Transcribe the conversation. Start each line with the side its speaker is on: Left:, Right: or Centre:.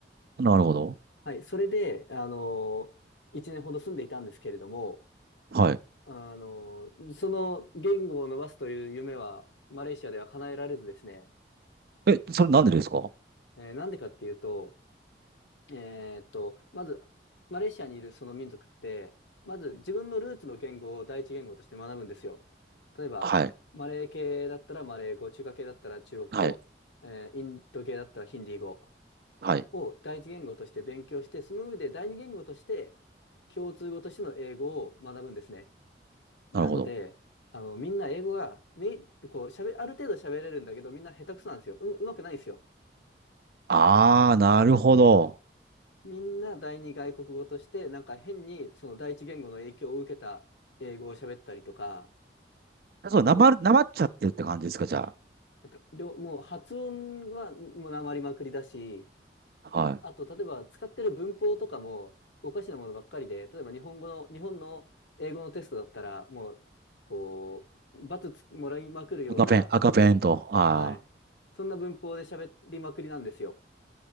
Right: なるほど。
Left: はい、それで、あのー、1年ほど住んでいたんですけれども、
Right: はい。
Left: あの、その言語を伸ばすという夢は、マレーシアでは叶えられずですね、
Right: え、それなんでですか
Left: えーなんでかっていうと、えーっと、まず、マレーシアにいるその民族って、まず自分のルーツの言語を第一言語として学ぶんですよ。例えば、
Right: はい。
Left: マレー系だったらマレー語、中華系だったら中国語、
Right: はい。
Left: えーインド系だったらヒンディー語
Right: はい。
Left: を第一言語として勉強して、その上で第二言語として共通語としての英語を学ぶんですね。なので、
Right: なるほど。
Left: あの、みんな英語が、め、こう、喋、ある程度喋れるんだけど、みんな下手くそなんですよ。う、うまくないんですよ。
Right: あー、なるほど。
Left: みんな第二外国語として、なんか変に、その第一言語の影響を受けた英語を喋ったりとか、あと、
Right: そう、なまる、なまっちゃってるって感じですか、じゃ
Left: えっと両もう発音はもうなまりまくりだし、
Right: あ。はい。
Left: あと、例えば使ってる文法とかもおかしなものばっかりで、例えば日本語の、日本の英語のテストだったら、もう、こう、罰つもらいまくるような、
Right: 赤ペン、赤ペンと。ああ。
Left: はい。そんな文法で喋りまくりなんですよ。